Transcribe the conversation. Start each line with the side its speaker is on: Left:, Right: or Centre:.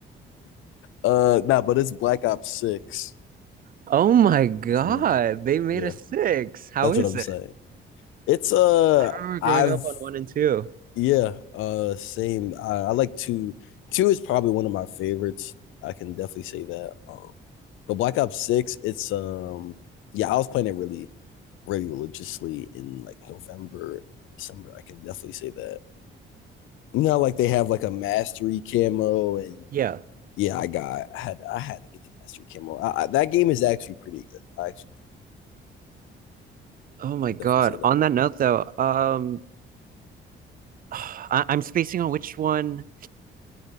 Left: Uh, nah, but it's Black Ops Six.
Right: Oh my God,
Left: That's in there.
Right: they made
Left: Yeah,
Right: a six. How
Left: that's
Right: is
Left: what I'm
Right: it?
Left: saying. It's uh,
Right: I remember
Left: I've
Right: growing up on one and two.
Left: yeah, uh, same. I, I like two. Two is probably one of my favorites. I can definitely say that. Um, but Black Ops Six, it's um, yeah, I was playing it really, really religiously in like November, December. I can definitely say that. You know, like they have like a mastery camo, and
Right: Yeah.
Left: yeah, I got I had I had to get the mastery camo. I, I, that game is actually pretty good. I actually
Right: Oh my
Left: could
Right: God.
Left: definitely say that.
Right: On that note though, um, <sighs> I- I'm spacing on which one,